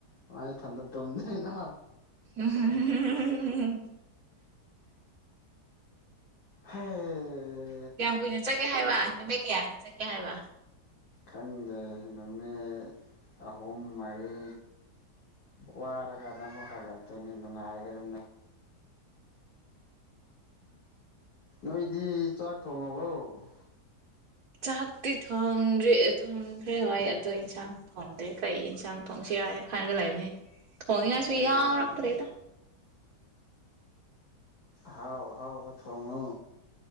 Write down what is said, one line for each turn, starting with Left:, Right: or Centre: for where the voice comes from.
Left: ꯁꯃꯥꯏꯅ ꯏꯊꯟꯗ ꯇꯨꯝꯗꯣꯏꯅ
Right: ꯎꯍꯨꯝꯎꯍꯨꯝ ꯎꯝ
Left: ꯍꯝ
Right: ꯀꯌꯥꯝ ꯀꯨꯏꯅ ꯆꯠꯀꯦ ꯍꯥꯏꯕ ꯅꯨꯃꯤꯠ ꯀꯌꯥꯗ ꯆꯠꯀꯦ ꯍꯥꯏꯕ
Left: ꯈꯪꯗꯦ ꯅꯨꯃꯤꯠ ꯑꯍꯨꯝ ꯃꯔꯤ ꯋꯥꯔꯒ ꯑꯃꯨꯛ ꯍꯜꯂꯛꯇꯣꯏꯅꯤ ꯅꯨꯡꯉꯥꯏꯔꯒ ꯑꯗꯨꯝ ꯅꯣꯏꯗꯤ ꯆꯥꯛ ꯊꯣꯡꯉꯕꯣ <inaudible>
Right: ꯆꯥꯛꯇꯤ ꯊꯣꯡꯗ꯭ꯔꯦ ꯊꯣꯡꯈ꯭ꯔꯦ ꯍꯣꯏ ꯑꯗꯣ ꯏꯟꯁꯥꯡ ꯊꯣꯡꯗ꯭ꯔꯦ ꯀꯔꯤ ꯏꯟꯁꯥꯡ ꯊꯣꯡꯁꯤ ꯍꯥꯏ ꯍꯥꯏꯅ ꯈꯔꯒ ꯂꯩꯕꯅꯤ ꯊꯅꯤꯡꯁꯨꯏ
Left: ꯀꯔꯤ
Right: ꯌꯥꯔꯛꯇꯔꯦꯗ
Left: ꯍꯥꯎ ꯍꯥꯎ ꯄꯊ ꯉ